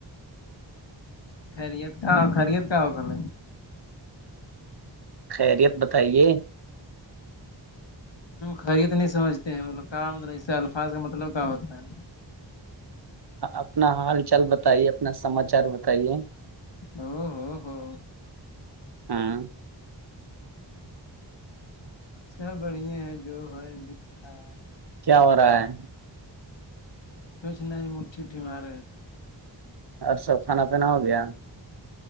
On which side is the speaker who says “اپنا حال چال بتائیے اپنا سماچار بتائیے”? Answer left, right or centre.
Right